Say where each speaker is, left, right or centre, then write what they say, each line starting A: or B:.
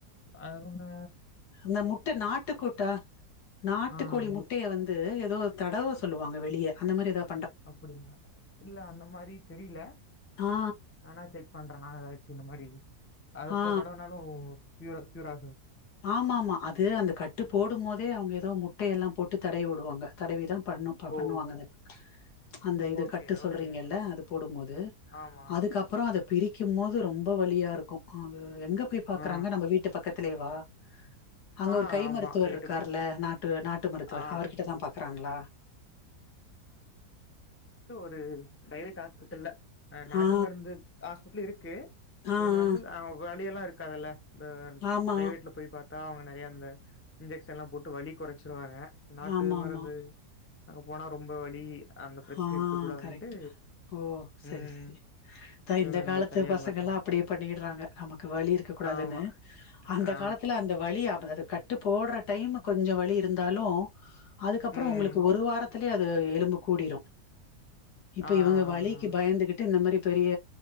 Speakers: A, on the left (about 20°); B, on the left (about 70°).
A: அதுஉண்டு.
B: ந்த முட்ட நாட்டுக்கொட்டா நாட்டுக்கோழி
A: ஆ
B: முட்டைய
A: மு-
B: வந்து எ எதொ தடவ சொல்லுவங்க வெளியே அந்த மாரி ஏதாவது.
A: அப்புடிங்களா இல்ல அந்த மாரி தெரியில்ல
B: ஆ
A: ஆனா செக் பண்ற நானு அதவெச்சு இந்த மாரி அதுப்ப
B: ஆ
A: தொடர்நாலு ப்யு பூயுரா
B: ஆமா ஆமா அது அந்த கட்டு போடு மோதே அவங்க தொ முட்டையெல்லா போட்டு தடவி உடுவாங்க தடவிதா பண்ணு பண்ணுவாங்க
A: ஓ
B: அத க அந்த இது
A: ஓகே
B: கட்டு சொல்றீங்கல்ல
A: ஓகே
B: அது போடும்மோது
A: ஆமா
B: அதுக்கப்புறொ அத பிரிக்கும் மொது ரொம்ப வழியா ருக்கு அங்க எங்க போய் பாக்கறாங்க
A: ஆ
B: நம்ப வீட்டு பக்கத்திலேவா. அங்க
A: ஆ
B: ஒரு கை
A: ஆமா
B: மருத்துவர்ருக்காருல்ல
A: எயிட்டு பக்கத்துல
B: நாட்டு நாட்டு மருத்துவர்
A: ஆ
B: அவர்கிட்ட தா பாக்றாங்களா.
A: ம் பிரைவேட் ஹாஸ்பெத்ரில்ல அ நாட்டு
B: ஆ
A: மருந்து ஹாஸ்பிட்லு இருக்கு
B: ஆ ஆ
A: இவங்க வந்து அ வழியெல்லா ருக்காதுல்ல. ப
B: ஆமா
A: பிரைவேட்ல போய் பாத்தா அவங்க நெறய இந்த இன்ஜெக்க்ஷன்லா போட்டு வலி கொறச்சிருவாங்க. நாட்டு
B: ஆமா
A: மருந்து
B: ஆமா
A: அங்க போனா ரொம்ப வழி அந்த பிரச்சனேருக்க
B: ஆ
A: கூடாதுன்ட்டு
B: கரெக்ட் ஓ செரி
A: ம்
B: செரி த
A: இவங்க
B: இந்த காலத்து
A: தனியார்
B: பசங்க
A: மருத்துவமனைக்கு
B: எல்லா அப்படியே
A: போயிட்டாங்க.
B: பண்ணிடறாங்க நமக்கு வழி இருக்க கூ காதுனு
A: ஆமா.
B: அந்த
A: ஆ.
B: காலத்துல அந்த வழி அப் அது கட்டு போடற டைம் கொஞ்சொ வழி இருந்தாலு அதுக்கப்புறொ
A: ம்.
B: உங்களுக்கு ஒரு வாரத் த்துலே அது எலும்பு கூடிரு. இப்ப
A: ஆ, ஆ,
B: இவங்க வழிக்கு
A: ஆ.
B: பயந்துகிட்டு ந்த மாரி பெரிய